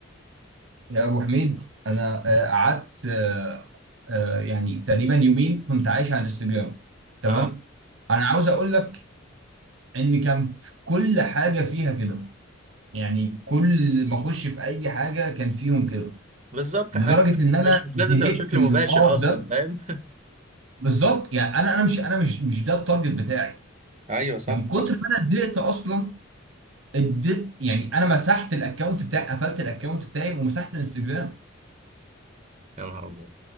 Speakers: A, on the right (about 70°); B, on the right (about 35°).
A: يا أبو حميد أنا آه، قعدت آه، آه، يعني تقريبا يومين كنت عايش على انستجرام تمام
B: اه
A: أنا عاوز أقول لك إن كان في كل حاجة فيها كده يعني كل ما أخش في أي حاجة كان فيهم كده
B: بالظبط
A: لدرجه
B: حتى
A: ان انا
B: مش مش
A: زهقت
B: لازم تبقى بشكل
A: من
B: مباشر
A: القرف
B: اصلا
A: ده
B: فاهم
A: بالظبط يعني انا انا مش انا مش مش ده التارجت بتاعي
B: <laughs> ايوه صح
A: من
B: صح
A: كتر ما انا زهقت اصلا اديت يعني انا مسحت الاكونت بتاعي قفلت الاكونت بتاعي ومسحت الانستجرام
B: يا نهار ابيض